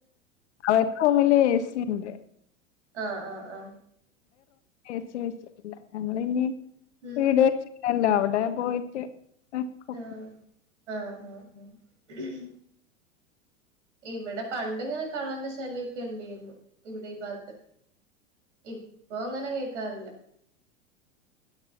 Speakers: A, on the left; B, on the right.
A: അവരുടെ റൂമില് എ സി പിന്നെ
B: ആഹ് ആഹ് ആഹ്
A: <unintelligible> ഇല്ല ഞങ്ങൾ ഇനി
B: ഉം
A: ത്രീ ഡേയ്സ് ല്ല അവിടെ പോയിട്ട് വെക്കോ
B: ആഹ് ആഹ് ആഹ് ആഹ് ഇവിടെ പണ്ട്‌ ഇങ്ങനെ കള്ളന്റെ ശല്യക്കെ ഉണ്ടെയിരുന്നു. ഇവിടെ ഈ ഭാഗത്ത് ഇപ്പൊ അങ്ങനെ കേ ക്കാറില്ല